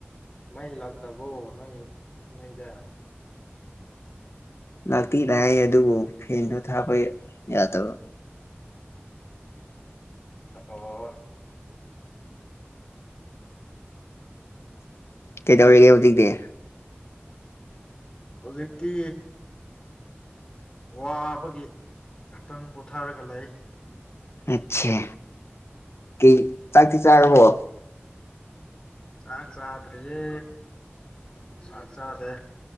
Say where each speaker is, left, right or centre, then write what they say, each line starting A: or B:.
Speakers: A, on the left (about 20°); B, on the left (about 75°).
A: ꯃꯩ ꯂꯥꯛꯇꯕꯣ ꯅꯣꯏ ꯅꯣꯏꯗ
B: ꯂꯥꯛꯇꯤ ꯂ ꯑꯗꯨꯕꯨ ꯐꯦꯟꯗꯣ ꯊꯥꯄ ꯌꯥꯗꯕ
A: ꯑꯣ
B: ꯀꯩꯗꯧꯔꯤꯒꯦ ꯍꯧꯖꯤꯛꯇꯤ
A: ꯍꯧꯖꯤꯛꯇꯤ ꯋꯥꯕꯒꯤ ꯉꯥꯛꯇꯪ ꯄꯣꯊꯥꯔꯒ ꯂꯩ
B: ꯑꯥꯠꯆꯥ ꯀꯩ ꯆꯥꯛꯇꯤ ꯆꯥꯔꯕꯣ
A: ꯆꯥꯛ ꯆꯥꯗꯔꯤꯌꯦ ꯆꯥꯛ ꯆꯥꯗ